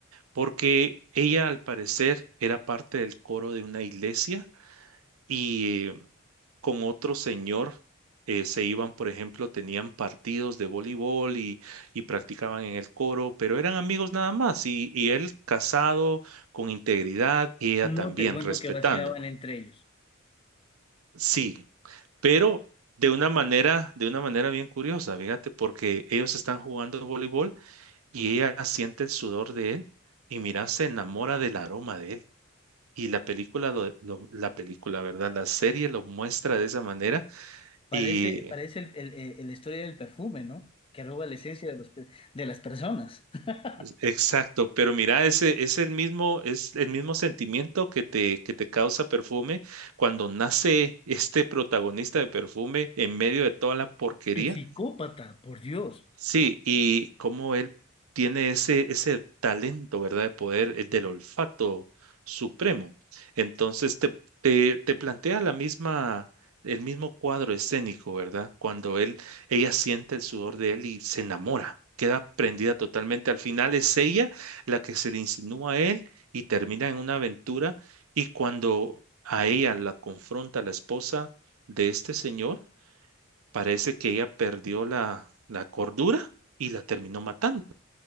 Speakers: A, on the right; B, on the left.
A: Porque ella al parecer era parte del coro de una iglesia y con otro señor eh, se iban, por ejemplo, tenían partidos de voleibol y, y practicaban en el coro, pero eran amigos nada más y, y él casado con integridad y ella
B: No
A: también
B: te cuento
A: respetando.
B: que vacilaban entre ellos.
A: Sí, pero de una manera, de una manera bien curiosa, fíjate, porque ellos están jugando voleibol y ella siente el sudor de él y mira, se enamora del aroma de él. Y la película, lo- lo- la película, ¿verdad? La serie lo muestra de esa manera
B: Parece,
A: Y
B: parece el, el- el- la historia del perfume, ¿no? Que roba la esencia de, los pe- de las personas. <laughs>
A: pues, exacto, pero mira, ese es el mismo, es el mismo sentimiento que te, que te causa perfume cuando nace este protagonista de perfume en medio de toda la porquería
B: El psicópata, por Dios.
A: Sí, y cómo él tiene ese, ese talento, ¿verdad? De poder, el del olfato supremo. Entonces te, te, te plantea la misma, el mismo cuadro escénico, ¿verdad? Cuando él, ella siente el sudor de él y se enamora, queda prendida totalmente. Al final es ella la que se le insinúa a él y termina en una aventura. Y cuando a ella la confronta la esposa de este señor, Parece que ella perdió la, la cordura y la terminó matando,